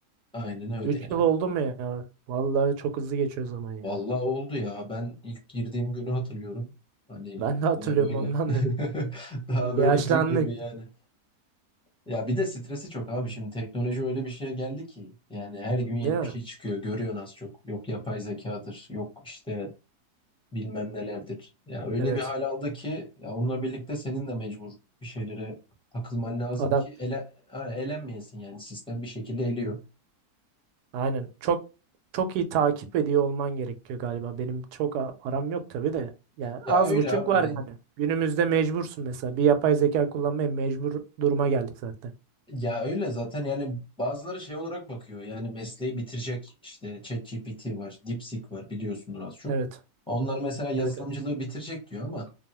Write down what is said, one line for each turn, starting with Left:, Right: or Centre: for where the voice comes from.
Centre: Aynen öyle
Right: 3
Centre: yani.
Right: yıl oldu mu ya? Vallahi çok hızlı geçiyor zaman ya.
Centre: Vallahi oldu ya. Ben ilk girdiğim günü hatırlıyorum. Hani
Right: Ben de hatırlıyorum
Centre: daha böyle.
Right: ondan dedim.
Centre: <laughs> Daha
Right: Yaşlandık.
Centre: böyle dün gibi yani. Ya bir de stresi çok abi. Şimdi teknoloji öyle bir şeye geldi ki. Yani her gün
Right: Değil
Centre: yeni
Right: mi?
Centre: bir şey çıkıyor. Görüyorsun az çok. Yok yapay zekadır. Yok işte bilmem nelerdir. Ya öyle
Right: Evet.
Centre: bir hal aldı ki ya onunla birlikte senin de mecbur bir şeylere takılman lazım
Right: Adam
Centre: ki ele, ha, elenmeyesin yani. Sistem bir şekilde eliyor.
Right: Aynen. Çok çok iyi takip ediyor olman gerekiyor galiba. Benim çok a- aram yok tabii de. Yani
Centre: Ya
Right: az
Centre: öyle
Right: buçuk
Centre: abi.
Right: var yani. Günümüzde mecbursun mesela. Bir yapay zeka kullanmaya mecbur duruma geldik zaten.
Centre: Ya öyle zaten yani bazıları şey olarak bakıyor yani mesleği bitirecek işte ChatGPT var, DeepSeek var biliyorsundur az çok.
Right: Evet.
Centre: Onlar mesela yazılımcılığı
Right: Evet. evet.
Centre: bitirecek diyor ama